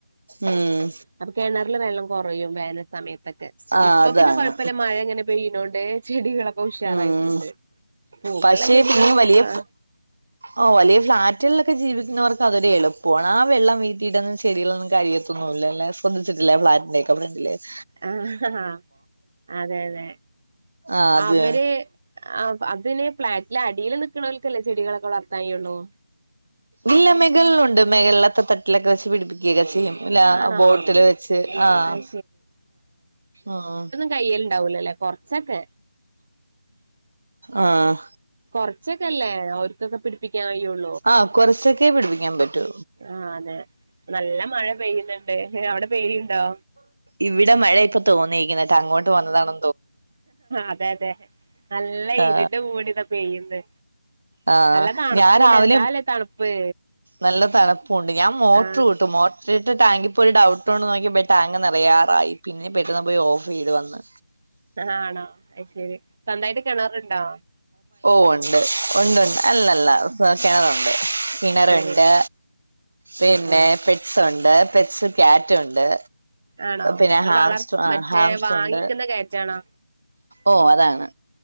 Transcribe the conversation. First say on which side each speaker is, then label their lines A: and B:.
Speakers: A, on the right; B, on the right.
A: ഉം
B: അപ്പൊ കിണറിലുവെള്ളം കുറയും, വേനൽ സമയത്തൊക്കെ,
A: ആഹ്
B: ഇപ്പൊ
A: അതാണ്
B: പിന്നെ കുഴപ്പമില്ലമഴയങ്ങനെ പെയ്യുന്നോണ്ടേ, ചെടികളൊക്കെ ഉഷാറായിട്ടുണ്ട്.
A: ഉം
B: പൂക്കുള്ള
A: പക്ഷേ
B: ചെടികള്
A: പിന്നെ
B: പൂക്കളാ
A: വലിയ ഓ വലിയ ഫ്ലാറ്റുകളൊക്കെ ലൊക്കെ, ജീവിക്കുന്നവർക്കതൊരെളുപ്പമാണ് ആ വെള്ളം വീണീട്ടൊന്നും ചെടികളൊന്നും കരിയത്തൊന്നുമില്ല ഒന്നിച്ചിട്ടല്ലേ ഫ്ളാറ്റിന്റെയൊക്കെ ഫ്രണ്ടിലേത്
B: ആഹ് അതെ അതെ,
A: ആ അത്
B: അവര് ആഹ് അതിന് ഫ്ലാറ്റില് അടീല് നിക്കണോൽക്കല്ലേ ചെടികളൊക്കെ വളർത്താൻ കയ്യൂള്ളു
A: ഇല്ല, മെകളിലുണ്ട് മെകളിലത്തെ തട്ടിലൊക്കെ വെച്ചുപിടിപ്പിക്കു <unintelligible> ഇല്ല
B: ആണോ
A: ബോട്ടില് വെച്ച് ആഹ്
B: അത്
A: ആഹ്
B: തൈയ്യല്ണ്ടാവൂലല്ലേ കൊറച്ചൊക്കെ
A: ആഹ്
B: കൊറച്ചൊക്കെയല്ലേ ഓല്ക്കൊക്കെ പിടിപ്പി പ്പിക്കാൻ കയ്യോളു
A: ആഹ് കൊറച്ചൊക്കെ പിടി ക്കാൻ പറ്റൂ
B: ആഹ് അതെ നല്ല മഴ പെയ്യുന്നുണ്ട് പിന്നെ വെയില്ണ്ടോ
A: ഇവിടെ മഴയൊക്കെ തോന്നായിക്കണ് ഇന്നട്ട് അങ്ങോട്ടു വന്നതാണ്
B: അതെയതെ നല്ല
A: ആ
B: ഇരുട് മൂടിയിതാ പെയ്യുന്ന്
A: ആ
B: നല്ല തണുപ്പുണ്ട്,
A: ഞാൻ രാവിലെ
B: എന്താല്ലേ തണുപ്പ്
A: നല്ല തണുപ്പുണ്ട് ഞാൻ മോട്ടറു
B: ആ
A: ഇട്ടു മോട്ടറിട്ട് ടാങ്കിപ്പോയൊരു ഡൗട്ട്കൊണ്ടു നോക്കിയപ്പോ ടാങ്കു നെറയാറായി പിന്നെ പെട്ടെന്നു പോയി ഓഫ് ചെയ്തുവന്നു.
B: ആണോ, അയ് ശരി സ്വന്തായിട്ട് കെണറുണ്ടോ?
A: ഓഹ് ഒണ്ട്, ഒണ്ടൊണ്ട്, അല്ലല്ല കെണറുണ്ട് കിണറുണ്ട്
B: ശരി
A: പിന്നെ
B: ആ ആ
A: പെറ്റ്സുണ്ട്, പെറ്റ്സ് ക്യാറ്റുണ്ട്.
B: ആണോ
A: പിന്നെ
B: നിങ്ങള്
A: ഹാംസ്ട്ര്
B: വളർ
A: ആഹ്
B: മറ്റേ
A: ഹാംസ്ട്രൊണ്ട്
B: വാങ്ങിക്കുന്ന കയറ്റാണോ
A: ഓഹ് അതാണ്